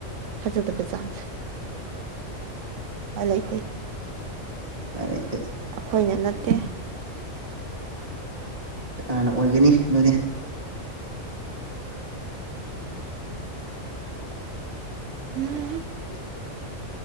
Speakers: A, on the right; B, on the right.
A: ꯊꯥꯖꯗꯕ ꯆꯥꯡꯁꯦ ꯄꯥꯏꯂꯩꯇ‌ꯦ
B: ꯄꯥꯏꯂꯩꯇ‌ꯦ
A: ꯑꯩꯈꯣꯏꯅ ꯅꯠꯇꯦ
B: ꯀꯅꯥꯅ ꯑꯣꯏꯔꯒꯅꯤ ꯑꯗꯨꯗꯤ
A: <inaudible> ꯎꯝ <unintelligible>